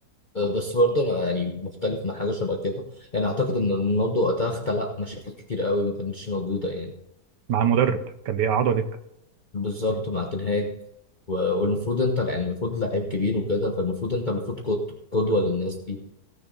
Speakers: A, on the left; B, on the right.
A: أه، بس برضه انا يعني مختلف مع حاجه شبه كده يعني اعتقد ان رونالدو وقتها خلق مشاكل كتير قوي ما كانتش موجوده يعني
B: مع المدرب كان بيقعدوا دكه
A: بالظبط
B: مم.
A: مع تنهاج و- والمفروض انت يعني المفروض لعيب كبير وكده فالمفروض انت المفروض قد- قدوه للناس دي